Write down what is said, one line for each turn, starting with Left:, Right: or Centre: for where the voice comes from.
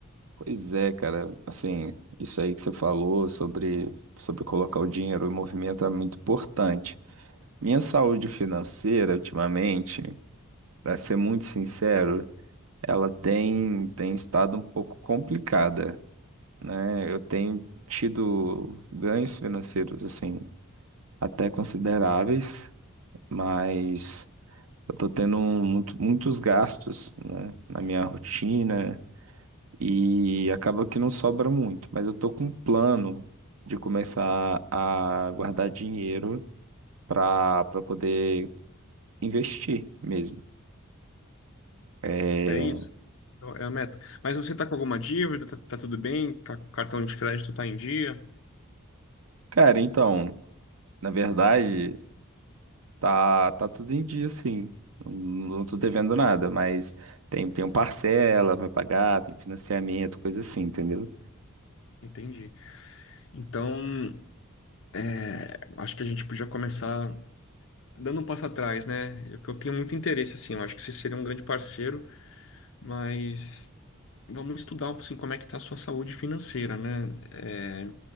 Right: pois é, cara. Assim, isso aí que você falou sobre, sobre colocar o dinheiro em movimento é muito importante. Minha saúde financeira, ultimamente, para ser muito sincero, ela tem, tem estado um pouco complicada, né? Eu tenho tido ganhos financeiros, assim, até consideráveis, mas. Eu tô tendo um, muito- muitos gastos, né, na minha rotina e acaba que não sobra muito, mas eu tô com um plano de começar a guardar dinheiro para para poder investir mesmo. É,
Left: É isso? É a meta. Mas você tá com alguma dívida? Tá, tá tudo bem? Tá, com cartão de crédito tá em dia?
Right: cara, então, na verdade, tá tá tudo em dia assim. Não tô devendo nada, mas tem tem um parcela para pagar, tem financiamento, coisa assim, entendeu?
Left: Entendi. Então, é, acho que a gente podia começar dando um passo atrás, né? Eu, eu tenho muito interesse, assim. Eu acho que você seria um grande parceiro, mas vamos estudar assim, como é que está a sua saúde financeira, né? É,